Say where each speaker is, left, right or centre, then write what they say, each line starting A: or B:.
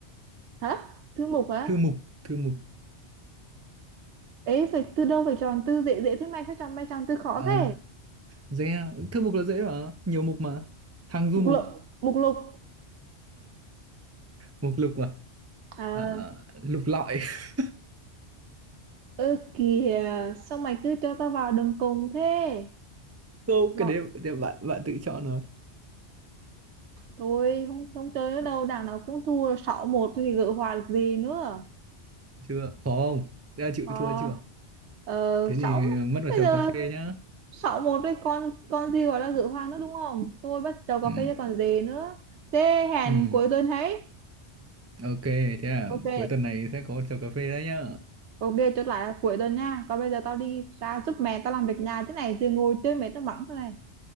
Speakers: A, on the right; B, on the right.
A: hả thứ mục hả
B: thư mục thư mục
A: ấy phải từ đâu phải chọn từ dễ dễ thế mày phải chọn mày chọn từ khó
B: Ờ,
A: thế
B: dễ à. Thư mục là dễ mà, nhiều mục mà. Hàng du
A: mục
B: mục,
A: lục mục lục
B: mục lục mà.
A: à
B: Ờ, lục lọi. <laughs>
A: ơ kìa sao mày cứ cho tao vào đường cùng thế
B: Câu
A: Lo,
B: cái đấy thì bạn bạn tự chọn rồi.
A: Thôi không không chơi nữa đâu, đảng nào cũng thua 6 một thì gỡ hòa được gì nữa.
B: Chưa, khó không? Đã chịu
A: Ờ
B: thua chưa?
A: ờ,
B: Thế
A: 6
B: thì mất vào
A: bây
B: chầu
A: giờ
B: cà phê nhá.
A: 6 một với con con gì gọi là gỡ hòa nữa đúng không? Tôi bắt đầu cà
B: Ừ.
A: phê chứ còn gì nữa. Thế hẹn
B: Ừ.
A: cuối tuần ấy.
B: Ok, thế à,
A: Ok.
B: cuối tuần này sẽ có chầu cà phê đấy nhá.
A: Ok chốt lại là cuối tuần nha. Còn bây giờ tao đi ra giúp mẹ tao làm việc nhà thế này rồi ngồi chơi mẹ tao mắng thế này.